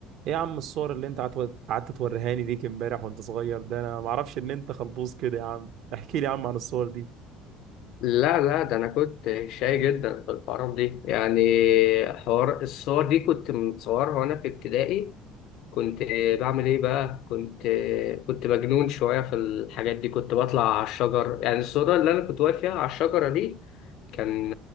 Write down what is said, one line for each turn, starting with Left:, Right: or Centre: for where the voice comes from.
Right: ايه يا عم الصور اللي انت قعدت قعدت توريهاني ديك امبارح وانت صغير ده انا ما اعرفش ان انت خلبوز كده يا عم احكي لي يا عم عن الصور دي
Left: لا لا ده انا كنت شاي جدا في الحوارات دي يعني حوار الصور دي كنت متصورها وانا في ابتدائي كنت بعمل ايه بقى كنت كنت مجنون شويه في الحاجات دي كنت بطلع على الشجر يعني الصوره اللي انا كنت واقف فيها على الشجره دي كان